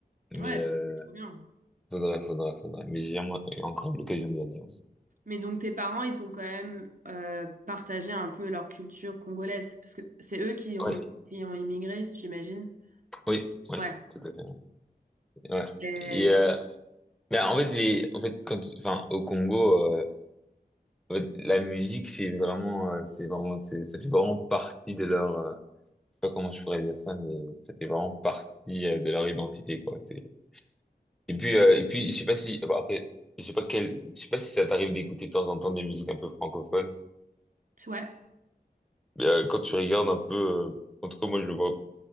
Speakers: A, in the centre; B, on the right.
A: mais
B: Ouais,
A: euh,
B: ça, c'est trop bien.
A: faudrait, faudrait, faudrait. Mais j'ai jamais eu encore l'occasion d'y aller.
B: Mais donc tes parents, ils t'ont quand même euh, partagé un peu leur culture congolaise, parce que c'est eux qui ont,
A: Ouais,
B: qui ont immigré, j'imagine.
A: oui, oui,
B: Ouais.
A: oui, tout à fait. Ouais.
B: Et-
A: Et, euh, mais en fait, les, en fait, quand, tu- enfin, au Congo, euh, en fait, la musique, c'est vraiment, euh, c'est vraiment, c'est, ça fait vraiment partie de leur, euh, je sais pas comment je pourrais dire ça, mais ça fait vraiment partie, euh, de leur identité, quoi. C'est, et puis, euh, et puis, je sais pas si, bon, après, je sais pas quel, je sais pas si ça t'arrive d'écouter de temps en temps des musiques un peu francophones,
B: Ouais.
A: mais, euh, quand tu regardes un peu, euh, en tout cas, moi, je le vois